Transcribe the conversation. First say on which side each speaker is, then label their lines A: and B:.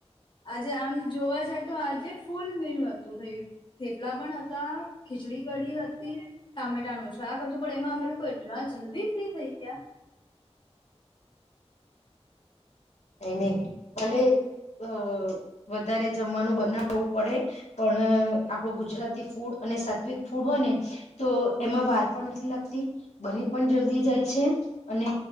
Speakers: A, on the left; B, on the left.
A: આજે આમ જોવા છે તો આજે ફૂલ દિલ હતું ભાઈ. ફેપલા પણ હતા ખીચડી કડી હતી, ટામેટા છે આ કધુ ભળ એમાં અમે લોકો એટલા જ જલ્દી પફ્રી થઈ ગયા.
B: એને ભલે અ વધારે જમવાનું બનાવવું પડે, પણ આપણું ગુજરાતી ફૂડ અને સાત્વિક ફૂડ હોય ને, તો એમાં વાર પણ નથી લાગતી, બની પણ જલ્દી જાય છે. અને